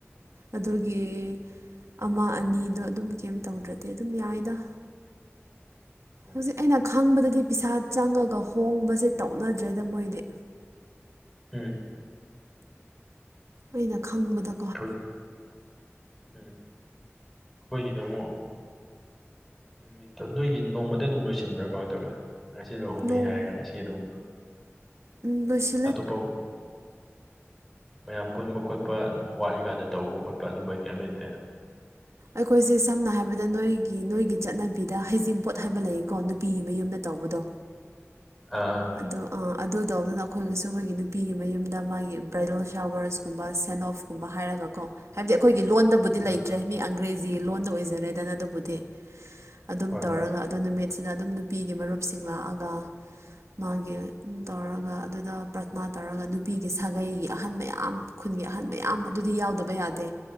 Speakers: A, on the right; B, in the centre.
A: ꯑꯗꯨꯒꯤ
B: ꯎꯝ
A: ꯑꯃ ꯑꯅꯤꯗꯣ ꯑꯗꯨꯝ ꯀꯩꯝ ꯇꯧꯗ꯭ꯔꯗꯤ ꯑꯗꯨꯝ ꯌꯥꯏꯗ
B: ꯑꯣ
A: ꯍꯧꯖꯤꯛ ꯑꯩꯅ ꯈꯪꯕꯗꯗꯤ ꯄꯩꯁꯥ ꯆꯪꯉꯒ ꯍꯣꯡꯕꯁꯦ ꯇꯧꯅꯗ꯭ꯔꯦꯗ ꯃꯣꯏꯗꯤ
B: ꯎꯝ
A: ꯑꯩꯅ ꯈꯪꯕꯗ
B: ꯍꯧꯖꯤꯛ ꯎꯝ ꯑꯩꯈꯣꯏꯒꯤꯗ ꯑꯃꯨꯛ ꯅꯨꯃꯤꯠꯇꯣ ꯅꯣꯏꯒꯤ ꯅꯣꯡꯃꯗ ꯑꯗꯨꯝ ꯂꯣꯏꯁꯤꯟꯕ꯭ꯔꯥ ꯀꯃꯥꯏꯅ ꯇꯧꯒꯦ ꯉꯁꯤ ꯂꯨꯍꯣꯡꯅꯤ
A: ꯅꯣꯡ
B: ꯍꯥꯏꯔꯒ ꯉꯁꯤ ꯑꯗꯨꯝ
A: ꯎꯝ ꯁ
B: ꯑꯇꯣꯞꯄ ꯃꯌꯥꯝ ꯄꯨꯟꯕ ꯈꯣꯠꯄ ꯋꯥꯠꯂꯤꯀꯥꯟꯗ ꯇꯧꯕ ꯈꯣꯠꯄ ꯑꯗꯨꯝꯕꯒꯤ ꯀꯔꯤꯝ ꯂꯩꯇꯦ
A: ꯑꯩꯈꯣꯏꯁꯦ ꯁꯝꯅ ꯍꯥꯏꯔꯕꯗ ꯅꯣꯏꯒꯤ ꯅꯣꯏꯒꯤ ꯆꯠꯅꯕꯤꯗ ꯍꯩꯖꯤꯡꯄꯣꯠ ꯍꯥꯏꯕ ꯂꯩꯌꯦꯀꯣ ꯅꯨꯄꯤꯒꯤ ꯃꯌꯨꯝꯗ ꯇꯧꯕꯗꯣ
B: ꯑꯥ
A: ꯑꯗ ꯑꯗꯨ ꯇꯧꯗꯅ ꯑꯩꯈꯣꯏꯒꯤꯁꯨ ꯑꯩꯈꯣꯏꯒꯤ ꯅꯨꯄꯤꯒꯤ ꯃꯌꯨꯝꯗ ꯃꯥꯒꯤ ꯕ꯭ꯔꯥꯏꯗꯜ ꯁꯋꯔꯁꯀꯨꯝꯕ ꯁꯦꯟ ꯑꯣꯐ ꯀꯨꯝꯕ ꯍꯥꯏꯔꯒ ꯀꯣ ꯍꯥꯏꯕꯗꯤ ꯑꯩꯈꯣꯏꯒꯤ ꯂꯣꯟꯗꯕꯨ <unintelligible>
B: ꯑꯥ ꯑꯥ
A: ꯑ꯭ꯔꯦꯝ
B: ꯍꯣꯏ
A: ꯇꯧꯔ
B: ꯍꯣꯏ
A: ꯑꯗꯣ ꯅꯨꯃꯤꯠꯁꯤꯗ ꯑꯗꯨꯝ ꯅꯨꯄꯤꯒꯤ ꯃꯔꯨꯞꯁꯤꯡ ꯂꯥꯛꯑꯒ ꯃꯥꯒꯤ ꯇꯧꯔꯒ ꯑꯗꯨꯗ ꯄ꯭ꯔꯊꯅꯥ ꯇꯧꯔꯒ ꯅꯨꯄꯤꯒꯤ ꯁꯥꯒꯩꯒꯤ ꯑꯍꯟ ꯃꯌꯥꯝ ꯈꯨꯟꯒꯤ ꯑꯍꯟ ꯃꯌꯥꯝ ꯑꯗꯨꯗꯤ ꯌꯥꯎꯗꯕ ꯌꯥꯗꯦ